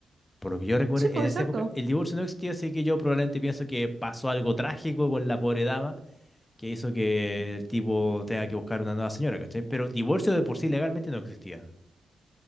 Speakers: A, on the left; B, on the right.
A: Por lo que yo recuerdo,
B: Sí, pues,
A: en esa
B: exacto.
A: época el divorcio no existía, así que yo probablemente pienso que pasó algo trágico con la pobre dama que hizo que el tipo tenga que buscar una nueva señora, ¿cachai? Pero divorcio de por sí legalmente no existía.